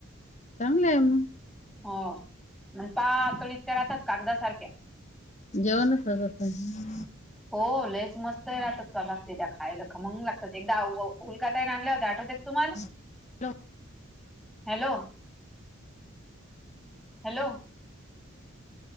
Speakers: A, on the left; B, in the centre.
A: चांगलंय मग
B: हो आणि पातळ इतक्या राहतात कागदासारख्या
A: जेवणच असं
B: हो लेच मस्त राहतात त बारी त्या खायला खमंग लागतात एकदा उलका ताई आणल्या होत्या आठवते तुम्हाला
A: hello
B: hello hello